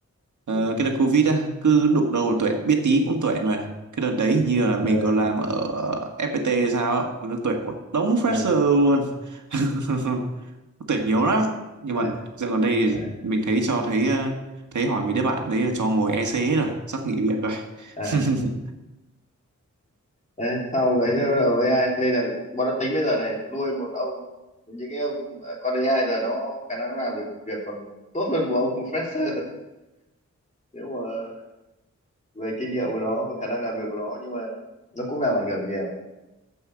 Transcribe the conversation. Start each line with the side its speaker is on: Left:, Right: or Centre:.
Right: Ờ,
Left: ừ.
Right: cái đợt Covid á, cứ đụng đầu tuệ biết tí cũng tuệ mà. Cái đợt đấy hình như là mình
Left: ờ
Right: còn làm ở FPT hay sao á, nó tuệ một đống fresher
Left: à,
Right: luôn. <laughs> Tuệ nhiều lắm. Nhưng
Left: đấy,
Right: mà dạo gần đây
Left: đấy,
Right: thì mình thấy cho thấy ờ, thấy hỏi mấy đứa bạn đấy là cho ngồi EC hết rồi, sắp nghỉ việc rồi.
Left: à,
Right: <laughs>
Left: đấy. sau đấy nó bắt đầu AI nên là bọn nó tính bây giờ này nuôi một ông những cái ông à, con AI giờ nó khả năng nó làm được việc còn tốt hơn một ông <laughs> fresher nếu mà về kinh nghiệm của nó về khả năng làm việc của nó nhưng mà nó cũng làm ảnh hưởng nhiều